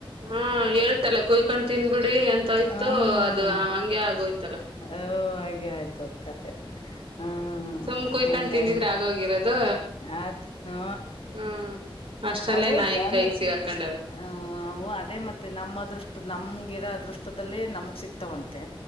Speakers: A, on the right; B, on the left.
A: ಹಾ ಹೇಳ್ತಲ್ಲ ಕುಯ್ಕೊಂಡ್ ತಿನ್ಬಿಡಿ ಅಂತೋಯ್ತು
B: ಹ್ಮ್
A: ಅದು ಹಂಗೆ ಆಗೋಯ್ತು.
B: ಓ ಹಂಗೆ ಆಯ್ತದ ಕತೆೆ ಹ್ಮ
A: ಸುಮ್ ಕುಯ್ಕೊಂಡ್
B: ಹಂಗಾಗಿ
A: ತಿಂದಿದ್ರ ಆಗೋಗಿರೋದು
B: ಅದ ಹ್ಮ
A: ಹ್ಮ್ ಅಷ್ಟ್ರಲ್ಲೇ
B: ಅವು
A: ನಾಯಿ
B: ಜಂದ್ರೆ
A: ಕೈಗ್ ಸಿಗಾಕೊಂಡವೆ
B: ಹ ಹು ಅದೇ ಮತ್ತೆ ನಮ್ಮ ಅದೃಷ್ಟ ನಮಗಿರೋ ಅದೃಷ್ಟದಲ್ಲಿ ನಮಗ್ ಸಿಕ್ತಾವಂತೆ.